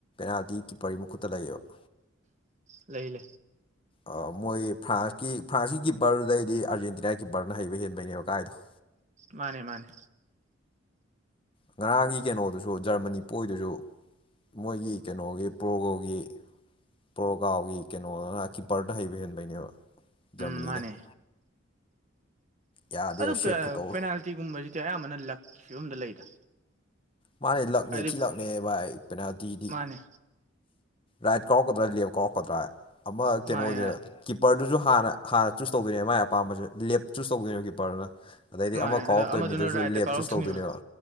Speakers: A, on the left; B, on the right.
A: ꯀꯗꯤ ꯀꯤꯄꯔꯒꯤ ꯃꯈꯨꯠꯇ ꯂꯩꯌꯦꯕ꯫
B: ꯂꯩ ꯂꯩ
A: ꯑꯥ ꯃꯣꯏ ꯐ꯭ꯔꯥꯟꯁꯀꯤ ꯐ꯭ꯔꯥꯟꯁꯀꯤ ꯀꯤꯞꯄꯔꯗꯨꯗꯩꯗꯤ ꯑꯥꯔꯖꯦꯟꯇꯤꯅꯥ ꯀꯤꯞꯄꯔꯅ ꯍꯩꯕ ꯍꯦꯟꯕꯩꯅꯦꯕ ꯀꯥꯏꯗꯣ꯫
B: ꯃꯥꯅꯦ ꯃꯥꯅꯦ
A: ꯉꯔꯥꯡꯒꯤ ꯀꯩꯅꯣꯗꯨꯁꯨ ꯖꯔꯃꯅꯤ ꯄꯣꯏꯗꯨꯁꯨ꯫ ꯃꯣꯏꯒꯤ ꯀꯩꯅꯣꯒꯤ ꯄ꯭ꯔꯣꯒꯣꯒꯤ꯫ ꯄ꯭ꯔꯣꯒꯥꯎꯒꯤ ꯀꯩꯅꯣꯗꯨꯅ ꯀꯤꯞꯄꯔꯗ ꯍꯩꯕ ꯍꯦꯟꯕꯩꯅꯦꯕ ꯖꯔꯃꯅꯤꯗꯩ
B: ꯎꯝ ꯃꯥꯅꯦ
A: ꯫ ꯌꯥꯗꯦꯕ
B: ꯑꯗꯨ
A: ꯁꯦꯞ
B: ꯀꯥ
A: ꯈꯨꯇꯧ
B: ꯄꯦꯅꯥꯜꯇꯤꯒꯨꯝꯕꯖꯤꯗꯤ ꯑꯌꯥꯝꯕꯅ ꯂꯛꯀꯤ ꯐꯤꯕꯝꯗ ꯂꯩꯗ꯫
A: ꯃꯥꯅꯦ ꯂꯛꯅꯦ
B: ꯍꯥꯏꯗꯤ
A: ꯊꯤꯂꯛꯅꯦ ꯚꯥꯏ ꯄꯦꯅꯥꯜꯇꯤꯖꯤꯗꯤ꯫
B: ꯃꯥꯅꯦ
A: ꯔꯥꯏꯠ ꯀꯥꯎꯔꯛꯀꯗ꯭ꯔꯥ ꯂꯦꯐ ꯀꯥꯎꯔꯛꯀꯗ꯭ꯔꯥ ꯑꯃ ꯀꯩꯅꯣꯖꯦ
B: ꯃꯥꯅꯦ
A: ꯫ ꯀꯤꯞꯄꯔꯗꯨꯖꯨ ꯍꯥꯟꯅ ꯍꯥꯟꯅ ꯆꯨꯁ ꯇꯗꯣꯏꯅꯦ ꯃꯥꯏ ꯑꯄꯥꯝꯕꯖꯨ ꯂꯦꯞ ꯆꯨꯁ ꯇꯧꯗꯣꯏꯅꯦꯕ ꯀꯤꯞꯄꯔꯗꯨꯅ꯫ ꯑꯗꯩꯗꯤ
B: ꯃꯥꯅꯦ
A: ꯑꯃ ꯀꯥꯎꯔꯛꯇꯣꯏ
B: ꯑꯗꯣ ꯑꯃꯗꯨꯅ
A: ꯃꯤꯗꯨꯁꯨ
B: ꯔꯥꯏꯠꯇ
A: ꯂꯦꯞ
B: ꯀꯥꯎꯔꯛꯇꯣꯏꯅꯦꯕ
A: ꯆꯨꯁ ꯇꯧꯗꯣꯏꯅꯦꯕ꯫